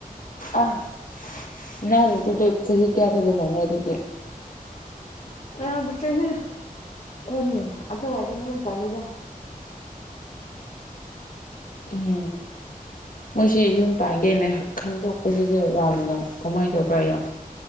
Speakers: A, on the left; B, on the left.
A: ꯑꯥ ꯏꯅꯥꯎ ꯅꯨꯄꯤꯗꯨ ꯆꯍꯤ ꯀꯌꯥꯗ ꯂꯨꯍꯣꯡꯔꯦ ꯑꯗꯨꯗꯤ
B: ꯑꯌꯥꯝꯗ ꯆꯍꯤ ꯀꯨꯟ ꯑꯗꯨꯋꯥꯏꯗ ꯃꯌꯨꯝ ꯄꯥꯜꯂꯤꯗ
A: ꯎꯝ꯫ ꯃꯣꯏꯁꯤ ꯌꯨꯝ ꯄꯥꯟꯒꯦꯅ ꯈꯟꯗꯣꯛꯄꯗꯁꯨ ꯌꯥꯝꯅ ꯀꯃꯥꯏ ꯇꯧꯕ꯭ꯔꯥ ꯌꯥꯝ